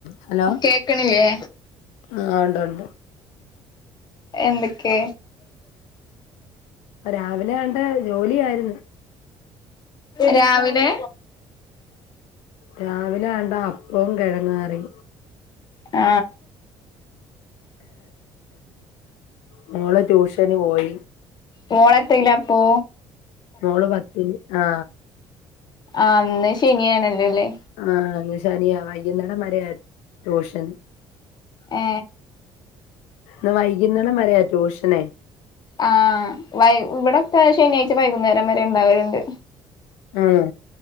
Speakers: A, on the left; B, on the left.
A: ഹലോ
B: കേക്കണില്ലേ
A: ആ ഉണ്ട് ഉണ്ട്
B: എന്തൊക്കെ
A: രാവിലെ കണ്ട ജോലിയായിരുന്നു
B: രാവിലെ
A: രാവിലെണ്ട അപ്പവും കിഴങ്ങാറി
B: ആ
A: ഉ മോള് ട്യൂഷന് പോയി
B: മോളത്തയില അപ്പൊ
A: മോള് പത്തില് ആ
B: ആ ന്ന് ശനിയണല്ലോല്ലേ
A: ആഹ് ഇന്ന് ശനിയാ വൈകുന്നടംവരെയാ ട്യൂഷ്യൻ
B: ഏ
A: ന്ന് വൈകുന്നേടംള വരയാ ട്യൂഷനെ
B: ആഹ വൈ ഇവിടെ ശനിയാഴ്ച വൈകുന്നേരം വരെ ഉണ്ടാകല്ണ്ട്
A: ആഹ